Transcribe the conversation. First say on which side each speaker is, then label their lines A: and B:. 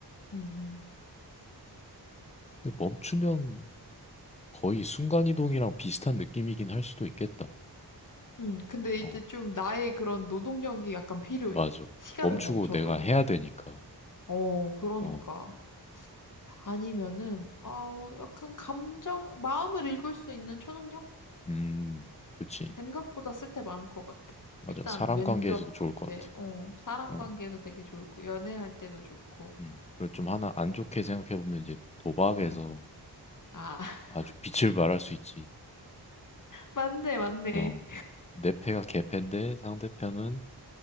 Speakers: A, on the left; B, on the left.
A: 음,
B: 근데 멈추면 거의 순간이동이랑 비슷한 느낌이긴 할 수도 있겠다.
A: 음. 음, 근데 이제
B: 어,
A: 좀 나의 그런 노동력이 약간 필요해.
B: 맞아.
A: 시간을
B: 멈추고
A: 멈춰도.
B: 내가 해야 되니까.
A: 어, 그러니까.
B: 어,
A: 아니면은, 어, 약간 감정, 마음을 읽을 수 있는 초능력?
B: 음, 그치.
A: 생각보다 쓸 때 많을 것 같아.
B: 맞아.
A: 일단
B: 사람
A: 면접
B: 관계에서도 좋을
A: 볼
B: 것
A: 때,
B: 같아.
A: 어, 사람
B: 어,
A: 관계도 되게 좋고, 연애할 때도 좋고.
B: 음. 그리고 좀 하나 안 좋게 생각해보면 이제 도박에서
A: 음. 아, <laughs>
B: 아주 빛을 발할 수 있지.
A: 맞네, 맞네.
B: 어, 내 패가 개패인데 상대편은